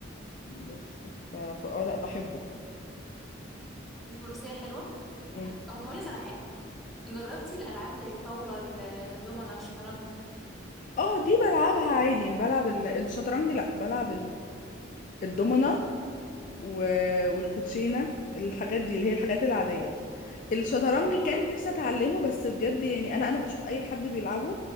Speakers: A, on the left; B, in the centre.
A: بس ف فا اه لا بحبه
B: الفروسيه حلوه
A: مم.
B: اه هقول لك على حاجه جربتي الالعاب زي الطاوله الدومنه الشطرنج
A: اه دي بلعبها عادي يعني بلعب ال- الشطرنج لا بلعب الدومنة و- والكوتشينة الحاجات دي اللي هي الحاجات العادية الشطرنج
B: الطاوله
A: كان نفسي اتعلمه بس بجد يعني انا انا بشوف اي حد بيلعبه